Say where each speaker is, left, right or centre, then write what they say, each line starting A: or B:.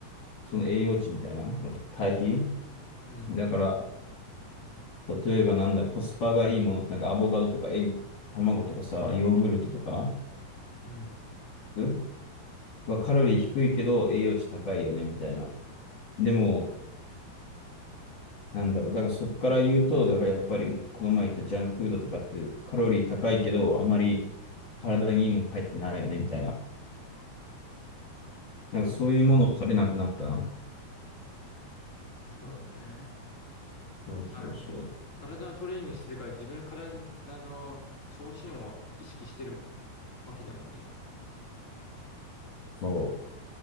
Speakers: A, on the left; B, on the left.
A: その栄養値みたいな、対比。
B: うん、
A: だから、例えばなんだ、コスパがいいものって、なんかアボカドとかエ卵とかさ、ヨーグルトとか、
B: うん。
A: うんはカロリー低いけど栄養値高いよね、みたいな。でも、なんだろう、だからそこから言うと、だからやっぱりこの前言ったジャンクフードとかってカロリー高いけど、あまり体にいいもの入ってないよね、みたいな。なんかそういうものを食べなくなったな。
B: そうだろうね。
A: そうそうそう。
B: あの体のトレーニングしてるから自分の体の調子にも意識してるわけだもんね。
A: そ